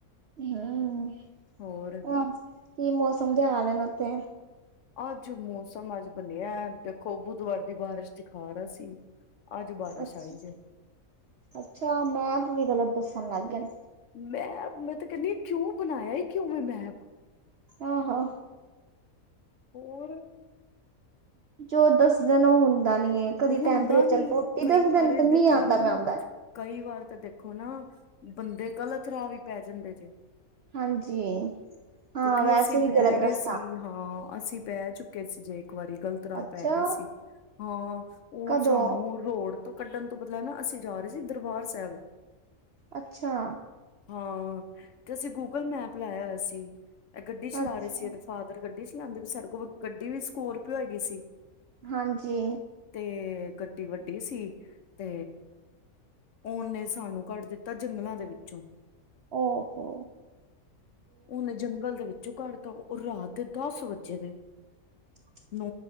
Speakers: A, on the right (about 65°); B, on the left (about 60°).
A: <unintelligible>
B: ਹੋਰ?
A: ਬਸ, ਕੀ ਮੌਸਮ ਦੇ ਹਾਲ ਨੇ ਉੱਥੇ?
B: ਅੱਜ, ਮੌਸਮ ਅੱਜ ਬਣਿਆ ਹੈ, ਦੇਖੋ ਬੁੱਧਵਾਰ ਦੀ ਬਾਰਿਸ਼ ਦਿਖਾ ਰਿਹਾ ਸੀ। ਅੱਜ ਬਾਰਿਸ਼
A: ਅੱਛਾ,
B: ਆਈ ਜੇ
A: ਅੱਛਾ ਮੈਪ ਵੀ ਗਲਤ ਦੱਸਣ ਲੱਗ ਗਏ ਨ।
B: ਮੈਂ, ਮੈਂ ਤੇ ਕਹਿੰਦੀ, ਕਿਉਂ, ਬਣਾਇਆ ਈ, ਕਿਉਂ ਐ ਮੈਂ ਮੈਪ?
A: ਆਹੋ
B: ਹੋਰ
A: ਜੋ ਦਸਦੇ ਨ, ਉਹ ਹੁੰਦਾ ਨਹੀਂ ਏ, ਕਦੀ
B: ਹੁੰਦਾ
A: ਟੈਂਪਰੇਚਰ
B: ਨੀ
A: ਫੋਰਟੀ
B: ਕਈ
A: ਦਸਦੇ
B: ਅਰੇ
A: ਨ ਤੇ ਮੀਂਹ
B: ਦੇਖੋ
A: ਆਉਂਦਾ,
B: ਨਾ
A: ਮੈਂ ਆਉਂਦਾ।
B: ਕਈ ਵਾਰ, ਤਾਂ ਦੇਖੋ ਨਾ ਬੰਦੇ ਗ਼ਲਤ ਰਾਹ ਵੀ ਪੈ ਜਾਂਦੇ ਜੇ।
A: ਹਾਂਜੀ। ਹਾਂ
B: ਕਿਉਂਕਿ,
A: ਵੈਸੇ
B: ਅਸੀਂ
A: ਵੀ
B: ਪੈ
A: ਗਲਤ
B: ਗਏ
A: ਰਸਤਾ
B: ਸੀ, ਹਾਂ ਅਸੀਂ ਪੈ ਚੁੱਕੇ ਸੀ ਜੇ, ਇੱਕ ਵਾਰੀ ਗ਼ਲਤ ਰਾਹ
A: ਅੱਛਾ
B: ਪੈ ਗਏ ਸੀ ਹਾਂ। ਉਹ
A: ਕਦੋਂ
B: ਸਾਨੂੰ, ਰੋਡ ਤੋਂ ਕੱਢਣ ਤੋਂ ਪਹਿਲਾਂ ਨਾ, ਅਸੀਂ ਜਾ ਰਹੇ ਸੀ, ਦਰਬਾਰ ਸਾਹਿਬ।
A: ਅੱਛਾ।
B: ਹਾਂ, ਤੇ ਅਸੀਂ ਗੂਗਲ ਮੈਪ ਲਾਇਆ ਹੋਇਆ ਸੀ, ਗੱਡੀ ਚਲਾ
A: ਅੱਛਾ
B: ਰਹੇ ਸੀ ਇਹਦੇ ਫਾ ਦਰ, ਗੱਡੀ ਚਲਾਉਂਦੇ ਪਏ ਸੀ। ਸਾਡੇ ਕੋਲ ਗੱਡੀ ਵੀ ਸਕੋਰਪੀਓ ਹੈਗੀ ਸੀ।
A: ਹਾਂਜੀ।
B: ਤੇ, ਗੱਡੀ ਵੱਡੀ ਸੀ ਤੇ ਉਹਨੇ, ਸਾਨੂੰ ਕੱਢ ਦਿੱਤਾ, ਜੰਗਲਾਂ ਦੇ ਵਿੱਚੋਂ
A: ਓ, ਹੋ
B: ਉਹਨੇ, ਜੰਗਲ ਦੇ ਵਿੱਚੋਂ ਕੱਢ ਤਾ, ਔਰ ਰਾਤ ਦੇ ਦਸ ਵਜੇ ਦੇ
A: <unintelligible>
B: ਨੌ